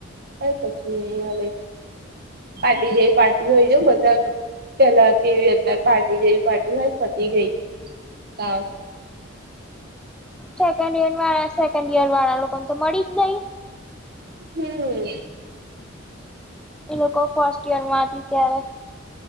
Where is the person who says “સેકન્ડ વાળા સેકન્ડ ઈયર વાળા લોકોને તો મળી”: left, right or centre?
Centre